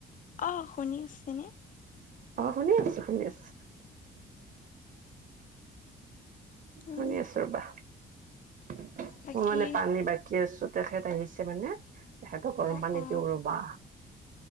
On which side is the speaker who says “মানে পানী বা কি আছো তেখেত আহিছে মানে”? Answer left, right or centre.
Right